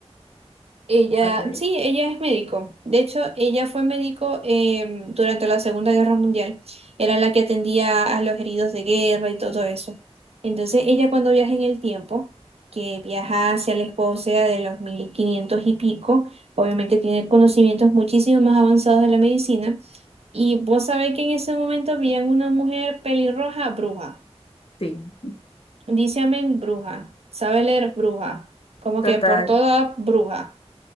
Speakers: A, on the right; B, on the left.
A: Ella,
B: Ok.
A: sí, ella es médico. De hecho, ella fue médico em, durante la Segunda Guerra Mundial. Era la que atendía a los heridos de guerra y todo eso. Entonces, ella cuando viaja en el tiempo, que viaja hacia la Escocia de los 1500 y pico, obviamente tiene conocimientos muchísimo más avanzados de la medicina. Y vos sabés que en ese momento veían una mujer pelirroja bruja.
B: Sí,
A: Dice amén bruja. Sabe leer bruja. Como
B: total.
A: que por toda bruja.